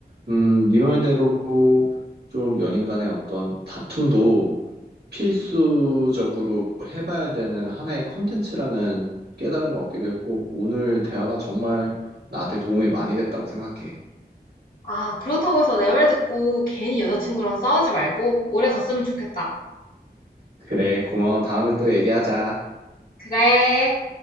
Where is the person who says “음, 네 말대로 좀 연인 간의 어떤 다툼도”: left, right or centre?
Right